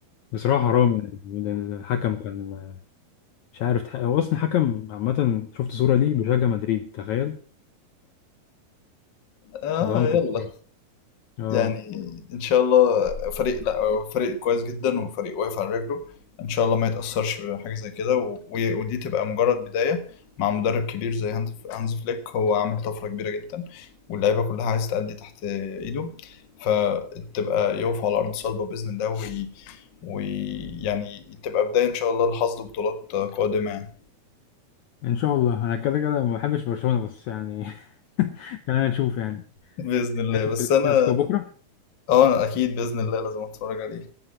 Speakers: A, on the left; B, on the left.
A: بصراحة حرام يعني لأن الحكم كان مش عارف تح- هو أصلا حكم عامة شفت صورة ليه بيشجع مدريد تخيل
B: آه
A: ظلمكم
B: يلا
A: بصراحة اه
B: يعني ان شاء الله فريق لا هو فريق كويس جدا وفريق واقف على رجله ان شاء الله ما يتاثرش بحاجه زي كده و- و- ودي تبقى مجرد بدايه مع مدرب كبير زي هانز هانز فليك هو عامل طفره كبيره جدا واللعيبه كلها عايز تأدي تحت ايده فتبقى يقف على ارض صلبه باذن الله وي... ويعني تبقى بدايه ان شاء الله لحصد بطولات قادمه يعني.
A: إن شاء الله أنا كده كده ما بحبش برشلونة بس يعني <laughs> خلينا نشوف يعني
B: باذن الله
A: هتشوف
B: بس
A: الكلاسيكو
B: انا
A: بكرة
B: اه اكيد باذن الله لازم اتفرج عليه